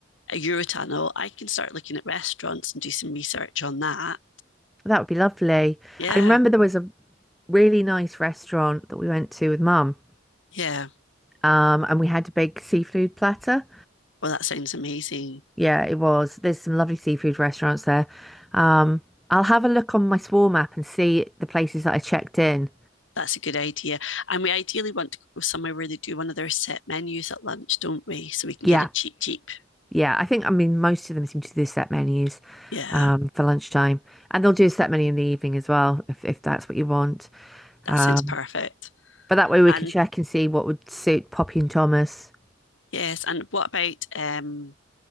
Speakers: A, on the left (about 75°); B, in the centre.
A: Eurotunnel, I can start looking at restaurants and do some research on that.
B: that would be lovely.
A: Yeah.
B: I remember there was a really nice restaurant that we went to with mum.
A: Yeah.
B: Um, and we had a big seafood platter.
A: Well, that sounds amazing.
B: Yeah, it was. There's some lovely seafood restaurants there. Um, I'll have a look on my Swarm app and see the places that I checked in.
A: That's a good idea. And we ideally want to go somewhere where they do one of their set menus at lunch, don't we? So we can
B: Yeah,
A: get it cheap, cheap.
B: yeah. I think, I mean, most of them seem to do set menus
A: Yeah.
B: um, for lunchtime. And they'll do a set menu in the evening as well, if, if that's what you want.
A: That
B: Um,
A: sounds perfect.
B: but that way we
A: And
B: could check and see what would suit Poppy and Thomas.
A: yes, and what about um